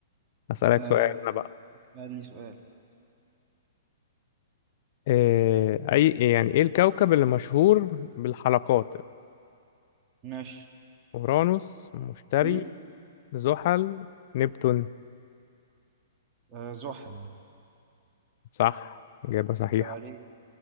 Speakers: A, on the left (about 45°); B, on the right (about 25°).
A: هسألك
B: آه،
A: سؤال انا بقى
B: سألني سؤال
A: إيه اي إيه يعني ايه الكوكب اللي مشهور بالحلقات
B: ماشي
A: اورانوس مشتري
B: مم؟
A: زحل نبتون
B: آه زحل
A: صح إجابة صحيحة
B: طب عليك